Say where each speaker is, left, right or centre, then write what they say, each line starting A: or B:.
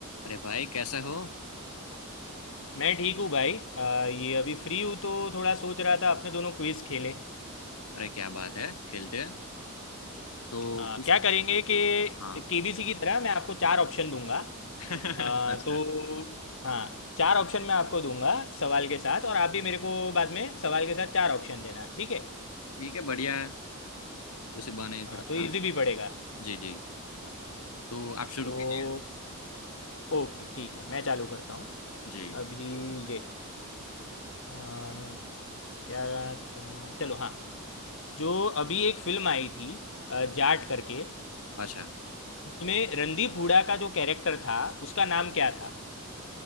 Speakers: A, on the left; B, on the left.
A: अरे भाई कैसे हो
B: मैं ठीक हूँ भाई अ, ये अभी फ्री हूँ तो थोड़ा सोच रहा था अपने दोनों क्विज खेलें
A: अरे क्या बात है खेलते हैं तो
B: अ,
A: किस
B: क्या करेंगे कि
A: हाँ
B: केबीसी की तरह मैं आपको चार ऑप्शन दूंगा
A: <laughs>
B: अ,
A: अच्छा
B: तो हाँ चार ऑप्शन मैं आपको दूंगा सवाल के साथ और आप भी मेरे को बाद में सवाल के साथ चार ऑप्शन देना ठीक है
A: ठीक है बढ़िया है उसी बहाने ही
B: हाँ
A: थोड़ा
B: तो इजी
A: हाँ
B: भी पड़ेगा
A: जी जी तो आप शुरू
B: तो
A: कीजिए
B: ओके ठीक है मैं चालू करता हूँ
A: जी
B: अभी ये अम, क्या था चलो हाँ जो अभी एक फिल्म आई थी अ, जाट करके
A: अच्छा
B: उसमें रणदीप हुडा का जो कैरेक्टर था उसका नाम क्या था